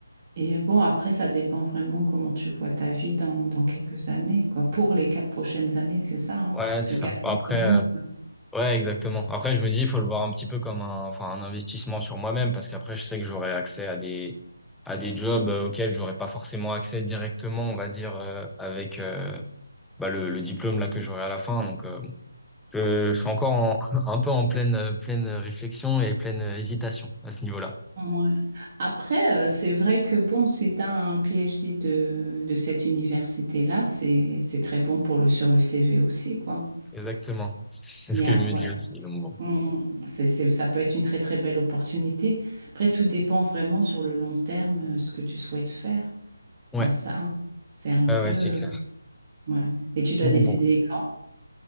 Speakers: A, on the right; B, in the centre.
A: Et bon, après, ça dépend vraiment comment tu vois ta vie dans, dans quelques années, quoi. Pour les quatre prochaines années, c'est ça, hein.
B: Ouais,
A: Parce
B: c'est
A: que
B: ça.
A: quatre
B: Après,
A: ans, c'est long.
B: euh,
A: quoi.
B: Ouais, exactement. Après, je me dis, il faut le voir un petit peu comme un, enfin, un investissement sur moi-même parce qu'après, je sais que j'aurai accès à des, à des jobs euh, auxquels j'aurais pas forcément accès directement, on va dire, euh, avec euh, bah, le, le diplôme là que j'aurai à la fin. Donc, euh, bon, je, je suis encore en- <laughs> un peu en pleine, euh, pleine réflexion et pleine euh, hésitation à ce niveau-là.
A: Ouais. Après, euh, c'est vrai que bon, si tu as un PhD de, de cette université-là, c'est, c'est très bon pour le, sur le CV aussi, quoi.
B: Exactement. C'est
A: Bien,
B: ce que je me
A: ouais.
B: dis aussi. Donc, bon.
A: On- c'est, c'est- ça peut être une très très belle opportunité. Après, tout dépend vraiment sur le long terme, euh, ce que tu souhaites faire.
B: Ouais,
A: Il y a ça, hein. C'est un
B: ouais,
A: peu...
B: ouais,
A: euh,
B: c'est clair.
A: ouais. Et tu dois
B: Donc,
A: décider
B: Bon.
A: quand?